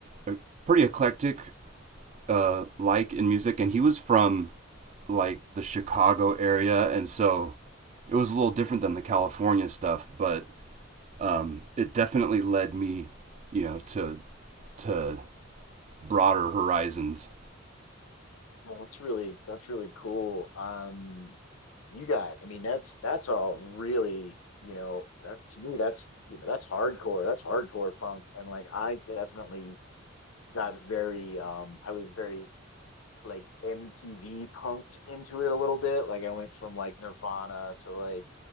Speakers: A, on the right (about 35°); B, on the left (about 80°).
A: a pretty eclectic uh, like in music, and he was from like the Chicago area, and so it was a little different than the California stuff. But um, it definitely led me, you know, to to broader horizons.
B: Well, that's really that's really cool. Um, you got, I mean, that's that's all really, you know, that to me that's you know that's hardcore. That's hardcore punk. And like I definitely got very, um, I was very like MTV punked into it a little bit. Like I went from like Nirvana to like